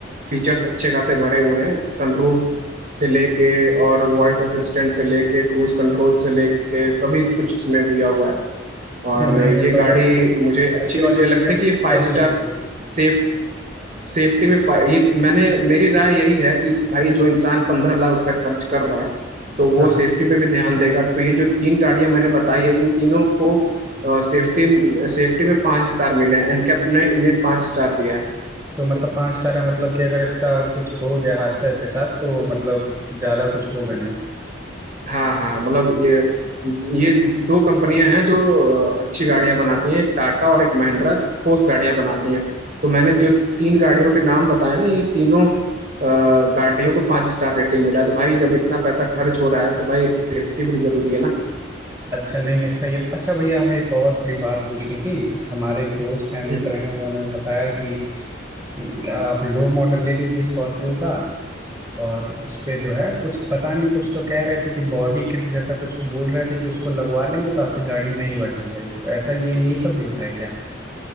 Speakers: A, on the right (about 45°); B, on the right (about 15°).
A: फीचर्स अच्छे खासे भरे हुए हैं सनरूफ से लेके और वॉइस असिस्टेंट से लेके क्रूज कंट्रोल से लेके सभी कुछ इसमें दिया हुआ है और
B: नहीं नहीं
A: ये गाड़ी
B: तो अगर
A: मुझे
B: ये
A: अच्छी
B: ये
A: इसलिए
B: वाली थोड़ी
A: लगती
B: हमें
A: है कि ये
B: सही
A: फाइव
B: लग
A: स्टार
B: रही है
A: सेफ सेफ्टी में फाइ- ये मैंने मेरी राय यही है कि भाई जो इंसान पंद्रह लाख रुपए खर्च कर रहा है तो वो
B: हाँ
A: सेफ्टी पे भी ध्यान देगा तो ये जो तीन गाड़ियां मैंने बताई है इन तीनों को सेफ्टी सेफ्टी में पांच स्टार मिले हैं एनकैप ने इन्हें पांच स्टार दिया है
B: तो मतलब पाँच स्टार है मतलब कि अगर इसका कुछ हो गया हादसा इसके साथ तो मतलब ज़्यादा कुछ होगा नहीं
A: हाँ हाँ मतलब ये ये दो कंपनियां हैं जो अ, अच्छी गाड़ियां बनाती हैं एक टाटा और एक महिंद्रा ठोस गाड़ियां बनाती हैं तो मैंने जो तीन गाड़ियों के नाम बताए ना ये तीनों अ, गाड़ियों को पाँच स्टार रेटिंग मिला है तो भाई जब इतना पैसा खर्च हो रहा है तो भाई सेफ्टी भी जरूरी है
B: अच्छा नहीं नहीं सही है तो अच्छा भैया हमें एक और थोड़ी बात पूछनी थी हमारे एक दोस्त हैं
A: ना
B: मित्र हैं उन्होंने बताया कि कि आप लो मॉडल ले लीजिए स्कॉर्पियो का और उस पे जो है कुछ पता नहीं कुछ तो कह रहे थे कि बॉडी किट जैसा कुछ बोल रहे थे कि उसको लगवा लेंगे तो आपकी गाड़ी नई वाली हो जाएगी तो ऐसा ये ये सब भी होता है क्या